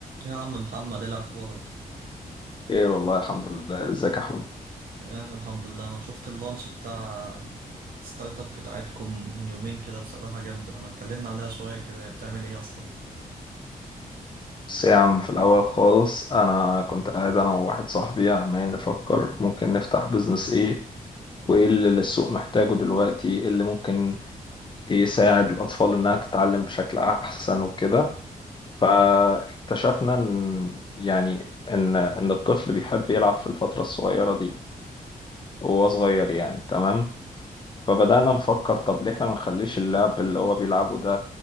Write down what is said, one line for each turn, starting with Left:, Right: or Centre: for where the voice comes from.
Right: يا عم محمد ايه الاخبار
Left: خير والله الحمد لله ازيك يا حمود
Right: تمام الحمد لله انا شفت اللانش بتاع الستارت اب بتاعتكم من يومين كده بصراحة جامدة ما اتكلمنا عليها شوية كده هي بتعمل ايه اصلا
Left: بس يا عم في الأول خالص أنا كنت قاعد أنا وواحد صاحبي عمالين نفكر ممكن نفتح بيزنس إيه وإيه اللي السوق محتاجه دلوقتي إيه اللي ممكن يساعد الأطفال إنها تتعلم بشكل أحسن وكده فاكتشفنا إن يعني إن إن الطفل بيحب يلعب في الفترة الصغيرة دي وهو صغير يعني تمام فبدأنا نفكر طب ليه إحنا ما نخليش اللعب اللي هو بيلعبه ده